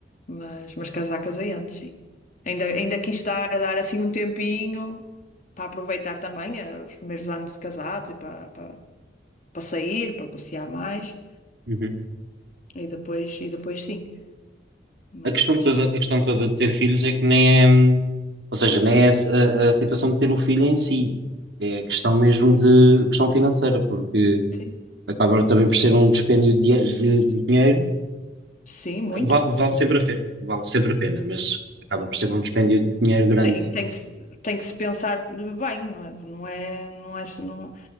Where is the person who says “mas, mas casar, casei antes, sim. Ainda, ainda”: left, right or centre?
Left